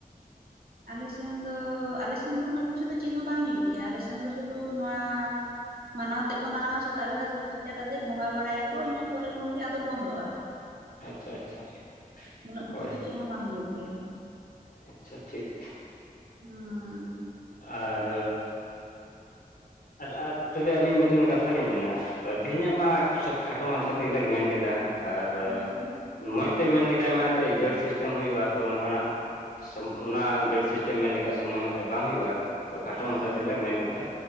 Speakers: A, on the right; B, on the left.
A: ᱟᱞᱮᱥᱮᱱ ᱫᱚ ᱟᱞᱮᱥᱮᱱ ᱫᱚ ᱩᱱᱟᱹᱜ ᱠᱤᱪᱷᱩ ᱫᱚ ᱪᱮᱫ ᱦᱚᱸ ᱵᱟᱝ ᱦᱩᱭᱩᱜ ᱜᱮᱭᱟ ᱟᱞᱮ ᱥᱮᱱ ᱫᱚ ᱥᱩᱫᱩ ᱱᱚᱣᱟ ᱢᱟᱱᱟᱣ ᱛᱮᱫᱠᱚ ᱢᱟᱱᱟᱣᱟ ᱥᱮᱛᱟᱜ ᱵᱮᱲᱟ ᱛᱩᱯᱩ ᱯᱷᱟᱨᱪᱟ ᱠᱟᱛᱮ ᱵᱚᱸᱜᱟ ᱵᱟᱲᱟᱭᱟ ᱠᱚ ᱤᱱᱟᱹ ᱯᱚᱨᱮ ᱠᱷᱚᱱ ᱜᱮ ᱟᱫᱚ ᱵᱚᱱᱫᱚᱜᱼᱟ
B: ᱟᱪᱪᱷᱟ ᱟᱪᱪᱷᱟ
A: ᱩᱱᱟᱹᱜ ᱠᱤᱪᱷᱩ
B: ᱦᱳᱭ
A: ᱫᱚ ᱪᱮᱫ ᱦᱚᱸ ᱵᱟᱝ ᱦᱩᱭᱩᱜ ᱜᱮᱭᱟ
B: ᱟᱪᱪᱷᱟ ᱴᱷᱤᱠ
A: ᱦᱩᱸ
B: ᱟᱨ ᱟᱨ ᱟᱨ ᱛᱚᱵᱮ ᱟᱹᱞᱤᱧ ᱢᱤᱫ ᱴᱮᱱ ᱠᱟᱛᱷᱟ ᱞᱤᱧ ᱢᱮᱱᱟ ᱛᱚ ᱛᱮᱦᱮᱧᱟᱜ ᱢᱟ ᱥᱚᱵ ᱠᱷᱟᱴᱚ ᱢᱟᱪᱷᱟ ᱛᱮᱜᱮᱞᱤᱝ ᱢᱮᱱ ᱠᱮᱫᱟ ᱟᱨ
A: ᱦᱩᱸ
B: ᱢᱚᱡᱽ ᱛᱮᱢ ᱢᱮᱱ ᱞᱮᱠᱷᱟᱡ ᱢᱟ ᱮᱱᱛᱮᱫ ᱡᱟᱹᱲ ᱥᱤᱥᱴᱮᱢ ᱦᱩᱭᱩᱜᱼᱟ ᱛᱚ ᱚᱱᱠᱟ ᱱᱟᱜ ᱚᱱᱟ ᱡᱟᱹᱲ ᱥᱤᱥᱴᱮᱢ ᱢᱮᱱᱞᱠᱷᱟᱱ ᱥᱚᱢᱚᱭ ᱦᱚᱸ ᱮᱱᱛᱮ ᱵᱟᱝ ᱦᱩᱭᱩᱜᱼᱟ, ᱛᱚ ᱠᱟᱴᱚ
A: ᱦᱩᱸ
B: ᱢᱟᱪᱷᱟ ᱛᱮᱜᱮᱞᱟᱝ ᱢᱮᱱ ᱠᱮᱫᱟ